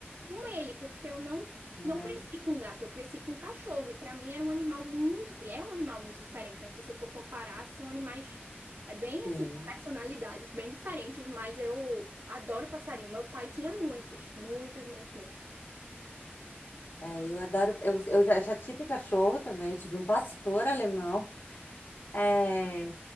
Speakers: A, on the right; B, on the left.
A: com ele, porque eu não
B: Não
A: não
B: é?
A: cresci com gato, eu cresci com cachorro. E para mim era um animal muito, é um animal muito diferente, né? Se você for comparar, são animais é bem
B: Sim.
A: assim, com personalidades bem diferentes, mas eu adoro passarinho. Meu pai tinha muitos, muitos, muitos, muitos.
B: É, eu adoro. Eu, eu já, já tive cachorro também, eu tive um pastor alemão. É,